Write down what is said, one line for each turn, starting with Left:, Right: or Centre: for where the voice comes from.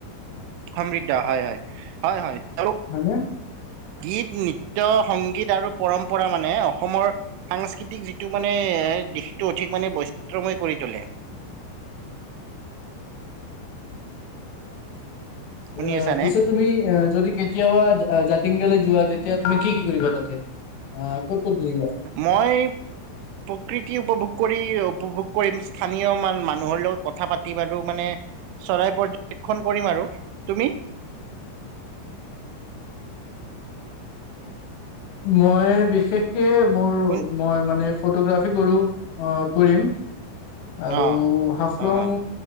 Right: সমৃদ্ধ হয় হয়, হয় হয়। <unintelligible>
Left: হয়নে
Right: গীত-নৃত্য-সংগীত আৰু পৰম্পৰা মানে অসমৰ সাংস্কৃতিক যিটো মানে, দিশটো অধিক মানে বৈচিত্ৰ্যময় কৰি তোলে। শুনি
Left: অ
Right: আছানে
Left: পিছে তুমি যদি কেতিয়াবা যাত টিংগৈ যোৱা তেতিয়া তুমি কি কি কৰিবা? তাতে আহ ক'ত ক'ত ঘূৰিবা
Right: মই প্ৰকৃতি উপভোগ কৰিৰ উপভোগ কৰিম স্থানীয় মানুহৰ লগত কথা পাতিম আৰু মানে চৰাই পৰ্যবেক্ষণ কৰিম আৰু। তুমি?
Left: মই বিশেষকে মোৰ
Right: শুন
Left: মই মানে ফটোগ্ৰাফী কৰোঁ, অঁ কৰিম। আৰু
Right: অ
Left: হাফলং
Right: অ হয়